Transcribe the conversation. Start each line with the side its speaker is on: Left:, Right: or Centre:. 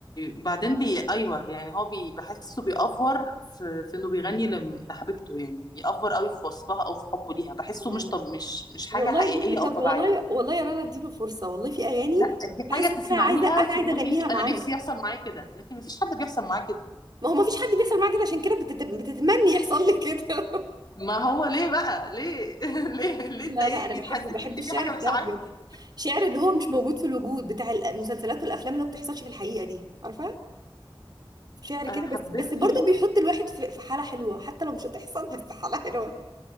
Left: وبعدين بي ايوه يعني هو بي بحسه بيأفور في في انه بيغني لم- لحبيبته يعني بيأفور قوي في وصفها او في حبه ليها بحسه
Right: لا
Left: مش
Right: لا
Left: طب مش مش حاجه
Right: والله
Left: حقيقيه
Right: بصي طب
Left: او طبيعيه
Right: والله والله يا رنا اديله فرصه والله في اغاني
Left: لا دي
Right: بحس
Left: حاجة
Right: ان
Left: تسمعيها
Right: انا عايزه انا
Left: تقولي
Right: عايزه اغنيها معاه
Left: أنا نفسي يحصل معايا كده لكن مفيش حد بيحصل معاه كده
Right: ما هو ما فيش حد بيحصل معاه كده عشان كده بتت... بتتمني يحصل لي كده
Left: ما هو ليه بقى ليه <laughs> ليه
Right: <laughs>
Left: ليه
Right: لا
Left: تضايقني
Right: لا انا بحبه
Left: تحسسني
Right: بحب
Left: إن في
Right: الشعر
Left: حاجة
Right: بتاعه
Left: مش عندي
Right: بجد شعر اللي هو مش موجود في الوجود بتاع المسلسلات والافلام اللي ما بتحصلش في الحقيقه دي عارفه شعر
Left: أنا
Right: كده
Left: حبيت
Right: بس بس برضه
Left: له
Right: بيحط الواحد في في حاله حلوه حتى لو مش هتحصل بس حاله حلوه